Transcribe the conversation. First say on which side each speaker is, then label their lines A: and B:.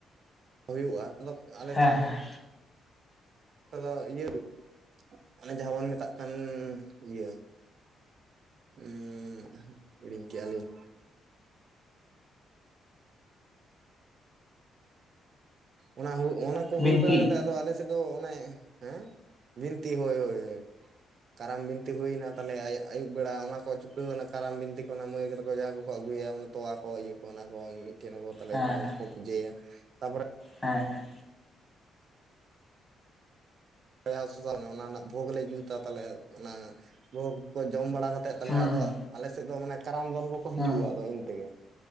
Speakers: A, on the right; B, on the left.
A: ᱦᱳᱭᱳᱜᱼᱟ ᱟᱫᱚ ᱟᱞᱮ
B: ᱦᱮᱸ
A: ᱥᱮᱫ
B: ᱦᱮᱸ
A: ᱫᱚ <inaudible> ᱤᱭᱟᱹ <inaudible> ᱚᱱᱮ ᱡᱟᱦᱟᱸ ᱵᱚᱱ ᱢᱮᱛᱟᱜ ᱠᱟᱱ ᱤᱭᱟᱹ ᱩᱸ ᱦᱤᱲᱤᱧ ᱠᱮᱜᱟ ᱞᱤᱧ ᱚᱱᱟ ᱚᱱᱟ ᱠᱚ
B: ᱵᱤᱱᱛᱤ
A: ᱦᱩᱭ ᱵᱟᱲᱟ ᱠᱟᱛᱮ ᱟᱫᱚ ᱟᱞᱮ ᱥᱮᱫ ᱫᱚ ᱚᱱᱮ ᱦᱮᱸ ᱵᱤᱱᱛᱤ ᱦᱳᱭ ᱦᱳᱭ ᱦᱳᱭ ᱠᱟᱨᱟᱢ ᱵᱤᱱᱛᱤ ᱦᱩᱭᱱᱟ ᱛᱟᱦᱞᱮ ᱟᱭᱩᱵ ᱵᱮᱲᱟ ᱚᱱᱟ ᱠᱚ ᱪᱩᱠᱟᱹᱣᱱᱟ ᱠᱟᱨᱟᱢ ᱵᱤᱱᱛᱤ ᱠᱚ ᱢᱟᱹᱭ ᱠᱚ ᱡᱟᱦᱟᱸ ᱠᱚ ᱟᱹᱜᱩᱭᱟ ᱛᱚᱣᱟ ᱠᱚ ᱤᱭᱟᱹ ᱠᱚ ᱚᱱᱟ ᱠᱚ ᱢᱤᱫᱴᱮᱱ ᱟᱠᱚ ᱛᱟᱞᱮ
B: ᱦᱮᱸ
A: ᱠᱷᱟᱱ ᱚᱱᱟ
B: ᱦᱮᱸ
A: ᱠᱚᱠᱚ ᱯᱩᱡᱟᱹᱭᱟ᱾ ᱛᱟᱯᱚᱨᱮ
B: ᱦᱮᱸ ᱦᱮᱸ
A: <inaudible> ᱚᱱᱟ ᱨᱮᱱᱟᱜ ᱵᱷᱳᱜᱽ ᱞᱮ ᱡᱩᱛᱟ ᱛᱟᱦᱚᱞᱮ ᱚᱱᱟ ᱵᱷᱳᱜᱽ ᱠᱚ ᱡᱚᱢ ᱵᱟᱲᱟ ᱠᱟᱛᱮᱫ ᱛᱟᱦᱚᱞᱮ
B: ᱦᱩᱸ
A: ᱟᱫᱚ
B: ᱦᱩᱸ
A: ᱟᱞᱮ ᱥᱮᱫ ᱫᱚ ᱢᱟᱱᱮ ᱠᱟᱨᱟᱢ ᱫᱚᱱ ᱠᱚᱠᱚ
B: ᱦᱩᱸ
A: ᱦᱤᱡᱩᱜᱼᱟ ᱟᱫᱚ ᱤᱱ ᱛᱮᱜᱮ